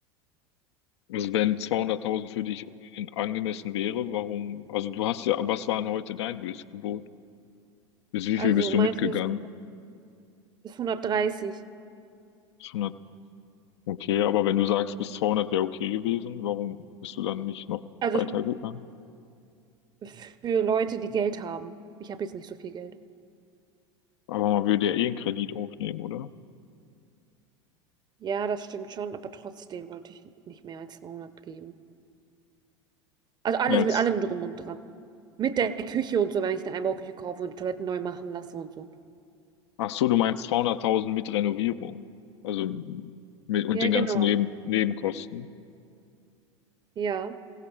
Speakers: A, on the left; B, on the right.
A: Also wenn 200.000 für dich in, angemessen wäre, warum? Also du hast ja, was war denn heute dein Höchstgebot? Bis wie
B: also
A: viel bist
B: mein
A: du mitgegangen?
B: Höchst ist hundertdreißig.
A: Bis Okay, aber wenn du sagst, bis 200 wäre okay gewesen, warum bist du dann nicht noch
B: Also
A: weitergegangen?
B: f- für Leute, die Geld haben. Ich habe jetzt nicht so viel Geld.
A: Aber man würde ja eh einen Kredit aufnehmen, oder?
B: Ja, das stimmt schon, aber trotzdem wollte ich nicht mehr als 200 geben. Also alles
A: Jetzt,
B: mit allem drum und dran. Mit der Küche und so, wenn ich eine Einbauküche kaufe und die Toiletten neu machen lasse und so.
A: ach so, du meinst 200.000 mit Renovierung. Also mit, und
B: Ja,
A: den
B: genau.
A: ganzen Neben Nebenkosten.
B: Ja.